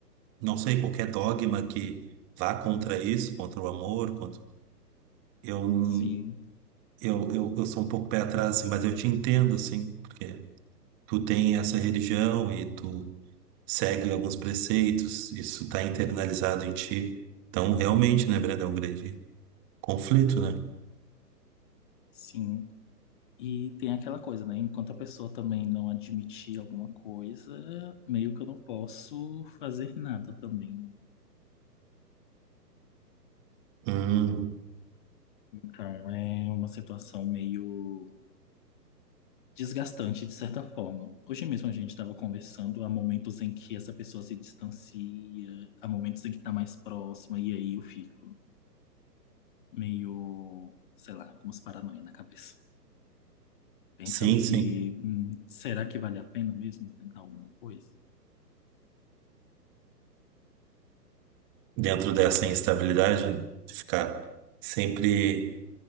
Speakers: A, on the right; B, on the left.
A: não sei, qualquer dogma que vá contra isso, contra o amor, contra... Eu,
B: Sim,
A: eu, eu, eu sou um pouco pé atrás, assim, mas eu te entendo, assim, porque tu tem essa religião e tu segue alguns preceitos, isso está internalizado em ti. Então, realmente, né, Brandão, um grande Conflito, né?
B: sim. E tem aquela coisa, né? Enquanto a pessoa também não admitir alguma coisa, meio que eu não posso fazer nada também.
A: Hum,
B: Então é uma situação meio desgastante de certa forma. Hoje mesmo a gente estava conversando, há momentos em que essa pessoa se distancia, há momentos em que está mais próxima, e aí eu fico meio, sei lá, com umas paranoia na cabeça, pensando
A: sim,
B: que
A: sim.
B: hum, será que vale a pena mesmo tentar alguma coisa?
A: Dentro dessa instabilidade, ficar sempre